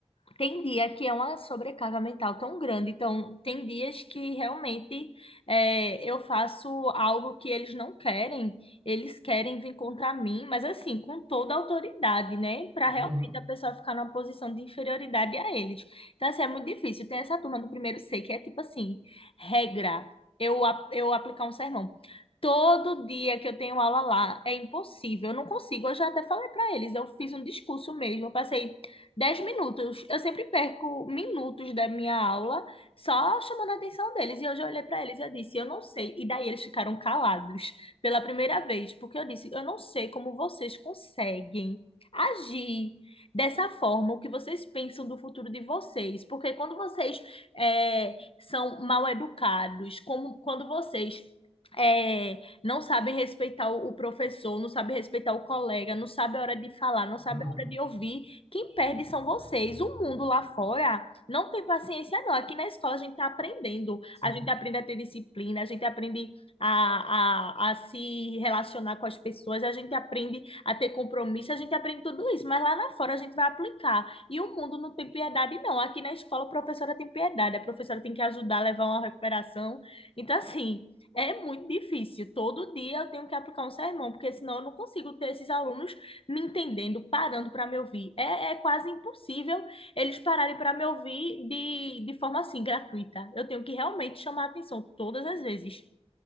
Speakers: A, on the left; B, on the right.
A: tem dia que é uma sobrecarga mental tão grande, então tem dias que realmente é, eu faço algo que eles não querem, eles querem vir contra mim, mas assim, com toda a autoridade, né? Para realmente
B: Aham,
A: a pessoa ficar numa posição de inferioridade a eles. Então, assim, é muito difícil. Tem essa turma do primeiro C que é tipo assim, regra, eu, a- eu aplicar um sermão. Todo dia que eu tenho aula lá é impossível, eu não consigo. Eu já até falei para eles, eu fiz um discurso mesmo, eu passei 10 minutos. Eu sempre perco minutos da minha aula só chamando a atenção deles. E hoje eu olhei para eles e eu disse, eu não sei. E daí eles ficaram calados pela primeira vez, porque eu disse, eu não sei como vocês conseguem agir dessa forma, o que vocês pensam do futuro de vocês. Porque quando vocês é, são mal educados, como quando vocês é, não sabem respeitar o, o professor, não sabem respeitar o colega, não sabem a hora de falar, não sabem
B: aham,
A: a hora de ouvir, quem perde são vocês. O mundo lá fora não tem paciência, não. Aqui na escola a gente está aprendendo.
B: sim.
A: A gente aprende a ter disciplina, a gente aprende a, a, a se relacionar com as pessoas, a gente aprende a ter compromisso, a gente aprende tudo isso. Mas lá na fora a gente vai aplicar. E o mundo não tem piedade, não. Aqui na escola a professora tem piedade, a professora tem que ajudar a levar uma recuperação. Então, assim, é muito difícil. Todo dia eu tenho que aplicar um sermão, porque senão eu não consigo ter esses alunos me entendendo, parando para me ouvir. É, é quase impossível eles pararem para me ouvir de, de forma assim, gratuita. Eu tenho que realmente chamar a atenção todas as vezes.